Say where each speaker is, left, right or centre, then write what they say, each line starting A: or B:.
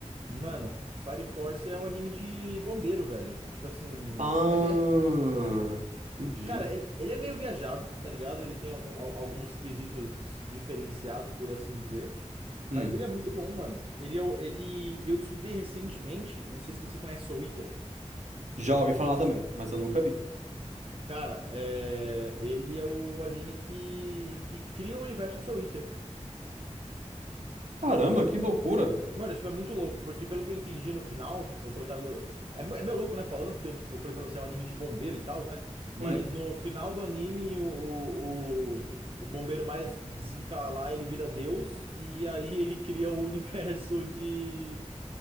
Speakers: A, on the right; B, on the right.
A: mano, Fire Force é um anime de bombeiro, velho. Tipo assim,
B: Ah,
A: é,
B: entendi.
A: Cara, ele, ele é meio viajado, tá ligado? Ele tem algum- al- alguns quesitos dis- diferenciados, por assim dizer. Mas
B: Hum,
A: ele é muito bom, mano. Ele, é o- ele, e eu descobri recentemente, não sei se você conhece Soul Eater.
B: já ouvi falar também, mas eu nunca vi.
A: Cara, é, ele é o anime que, que cria o universo de Soul Eater.
B: Caramba, que loucura!
A: E, mano, tipo, é muito louco, porque pelo que eu entendi no final, o protagonista. É, me- é meio louco, né? Falando, porque eu, tipo, falei pra você, é um anime de bombeiro e tal, né? Mas
B: Hum,
A: no final do anime, o, o, o, o bombeiro mais zica lá, ele vira Deus, e aí ele cria o <laughs> universo de,